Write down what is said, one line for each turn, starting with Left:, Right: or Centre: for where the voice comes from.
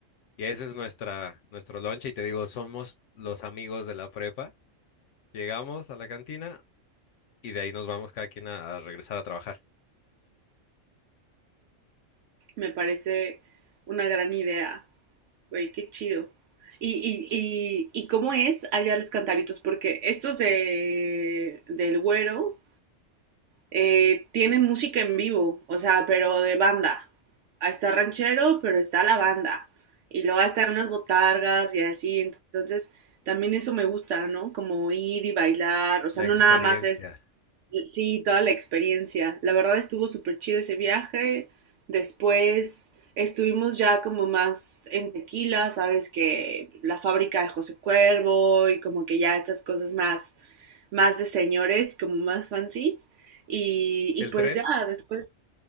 Left: Y ese es nuestra, nuestro lonche. Y te digo, somos los amigos de la prepa. Llegamos a la cantina y de ahí nos vamos cada quien a a regresar a trabajar.
Right: Me parece una gran idea, güey, qué chido. ¿Y, y, y, y cómo es allá los cantaritos? Porque estos de, del Güero eh, tienen música en vivo, o sea, pero de banda. Ah, Está ranchero, pero está la banda. Y luego están unas botargas y así. Entonces, también eso me gusta, ¿no? Como ir y bailar. O
Left: La
Right: sea, no
Left: experiencia.
Right: nada más es Sí, toda la experiencia. La verdad estuvo súper chido ese viaje. Después estuvimos ya como más en Tequila, sabes que la fábrica de José Cuervo y como que ya estas cosas más, más de señores, como más fancies. Y, y
Left: El
Right: pues
Left: tren,
Right: ya después,